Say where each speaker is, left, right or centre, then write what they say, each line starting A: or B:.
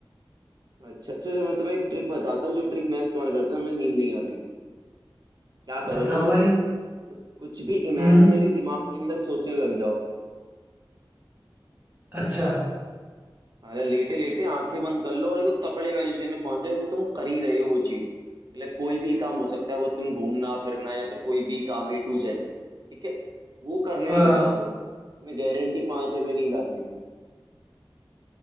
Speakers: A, on the right (about 50°); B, on the right (about 20°).
A: अच्छा अच्छा तो मैं तुम्हें एक ट्रिक बताता हूँ जो ट्रिक मैं इस्तेमाल करता हूँ मुझे नींद नहीं आती क्या करो
B: बताओ
A: तुम
B: भाई
A: तुम कुछ भी इमेजिनरी
B: हम्म
A: दिमाग के अंदर सोचने लग जाओ
B: अच्छा
A: अरे लेटे लेटे आंखें बंद कर लो और एकदम तकड़े मैजिशियन में पहुंच जाए कि तुम कर ही रहे हो वो चीज मतलब कोई भी काम हो सकता है वो तुम घूमना फिरना या फिर कोई भी काम ए टू जेड ठीक है वो करने
B: हाँ
A: लग जाओ तुम तुम्हें गारंटी पांच मिनट में नींद आ जाएगी